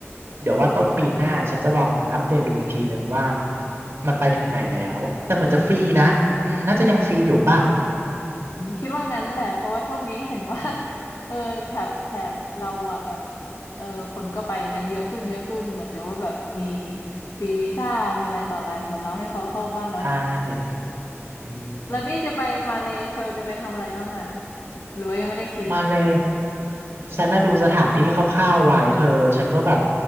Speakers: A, on the right (about 55°); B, on the left (about 60°).
A: เดี๋ยวว่าต้นปีหน้าฉันจะลองอัปเดตดูอีกทีหนึ่งว่ามันไปถึงไหนแล้ว แต่เหมือนจะฟรีนะอืมน่าจะยังฟรีอยู่ป่ะ
B: คิดว่างั้นแหละเพราะว่าช่วงนี้เห็นว่า
A: เออ
B: <laughs> เออแถบแถบเราอ่ะแบบเออคนก็ไปกันเยอะขึ้นเยอะขึ้นเหมือนจะว่าแบบมีฟรีวีซ่ามีอะไรต่ออะไรเหมือนเราให้เขาเข้าบ้านเรา
A: ใช่อืม
B: แล้วนี่จะไปมาเลเซียจะไปทำอะไรบ้างอ่ะหรือว่ายังไม่ได้คิด
A: มาเลย ฉันน่ะดูสถานที่คร่าวๆไว้เธอฉันก็แบบ